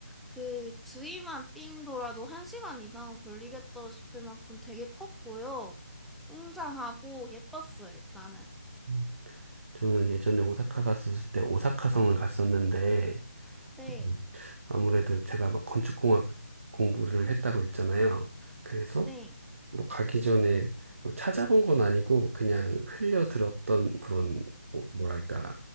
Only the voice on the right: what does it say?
음. 저는 예전에 오사카 갔었을 때 오사카 성을 갔었는데
음, 아무래도 제가 막 건축공학 공부를 했다고 했잖아요. 그래서
뭐 가기 전에 뭐 찾아본 건 아니고 그냥 흘려 들었던 그런 뭐- 뭐랄까